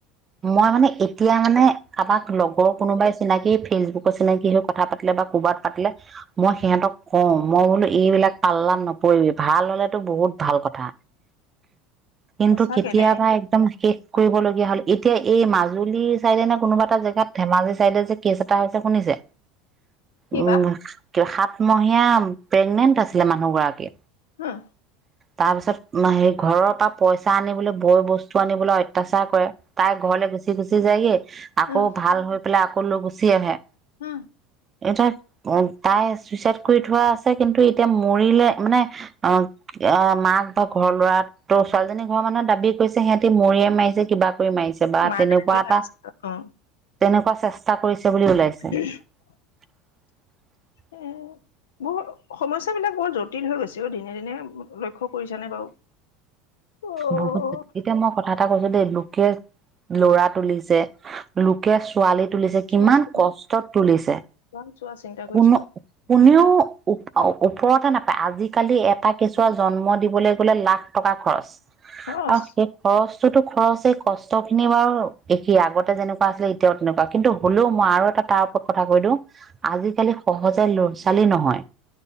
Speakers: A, on the right; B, on the left.
A: মই মানে এতিয়া মানে কাৰোবাক লগৰ কোনোবাই চিনাকি ফেচবুক কৈ চিনাকি হৈ কথা পাতিলে বা ক'ৰবাত পাতিলে মই সিহঁতক কওঁ মই বোলো এইবিলাক পাল্লাত নপৰিবি ভাল হলেতো বহুত ভাল কথা কিন্তু
B: সঁচাকে
A: কেতিয়াবা
B: দেই
A: একদম শেষ কৰিবলগীয়া হ'ল এতিয়া এই মাজুলী চাইডে নে কোনোবা এটা জেগাত ধেমাজি চাইডে যে কেছ এটা হৈছে শুনিছে?
B: কি
A: উম,
B: বা
A: কিবা সাত মহীয়া প্ৰেগনেন্ট আছিলে মানুহ গৰাকী।
B: হুম।
A: তাৰপিছত সে ঘৰৰ পৰা পইচা আনিবলৈ, বৈ বস্তু আনিবলৈ অত্যাচাৰ কৰে। তাৰ ঘৰলৈ গুচি গুচি যায়গে আকৌ
B: উম
A: ভাল হৈ পেলাই আকৌ লৈ গুচি আহে।
B: হু।
A: এটা অ' তাই চুইচাইড কৰি থোৱা আছে কিন্তু এতিয়া মৰিলে মানে অ' আ, মাক বা ঘৰৰ ল'ৰাক। ত' ছোৱালীজনীৰ ঘৰৰ মানুহৰ দাবী কৰিছে সিহঁতি মৰিয়াই মাৰিছে, কিবা কৰি মাৰিছে। বা
B: মাৰ
A: তেনেকুৱা
B: বুলি
A: এটা,
B: ভাবিছিলো অ
A: তেনেকুৱা চেষ্টা কৰিছে বুলি ওলাই
B: <inaudible>
A: <unintelligible>
B: এ বৰ সমস্যাবিলাক বৰ জটিল হৈ গৈছে দিনে দিনে লক্ষ্য কৰিছনে বাৰু। অ
A: বহুত, এতিয়া মই কথা এটা কৈছোঁ দেই লোকে ল'ৰা তুলিছে, লোকে ছোৱালীত তুলিছে, কিমান
B: চোৱাচোন
A: কষ্টত তুলিছে,
B: ইমান চোৱা চিন্তা কৰি
A: কোনো
B: চোৱা
A: কোনেও
B: হম
A: ওপ-ওপৰতে নাপায় আজিকালি এটা কেঁচুৱা জন্ম দিবলৈ গ'লে লাখ টকা খৰচ।
B: খৰচ
A: আৰু সেই খৰচটোতো খৰচেই, কষ্টখিনি বাৰু একেই আগতে যেনেকুৱা আছিলে এতিয়াও তেনেকুৱা কিন্তু হ'লেও মই আৰু এটা তাৰ ওপৰত কথা কৈ দিওঁ আজিকালি সহজে ল'ৰা ছোৱালী নহয়।